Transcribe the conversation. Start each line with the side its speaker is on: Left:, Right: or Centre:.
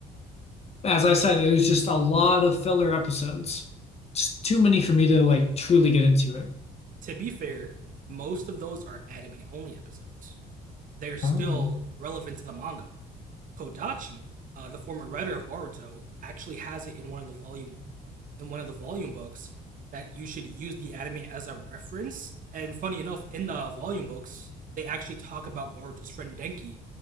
Left: As I said, it was just a lot of filler episodes. Just too many for me to like truly get into it.
Right: To be fair, most of those are anime only episodes. they're still
Left: Oh.
Right: relevant to the manga. Kodachi, uh, the former writer of Boruto, actually has it in one of the volume in one of the volume books that you should use the anime as a reference. And funny enough, in the volume books, they actually talk about Boruto's friend Denki